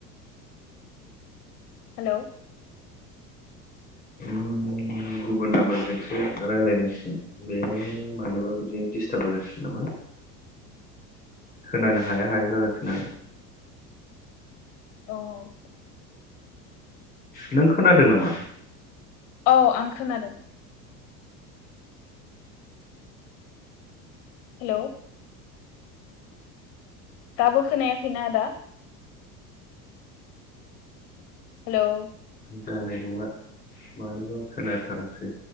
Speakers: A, on the left; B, on the left.
A: हेलौ
B: ओम गुबुन नाम्बारजोंसो रायजलायनांसिगोन बे मानोबा बिदि डिस्टाब होगासिनो नामा खोनानो हाया हाया जागासिनो आं
A: औ
B: नों खोनादों नामा
A: औ आं खोनादों हेलौ दाबो खोनायाखै ना आदा हेलौ
B: जानाय नंला मानोबा खोनाथारासै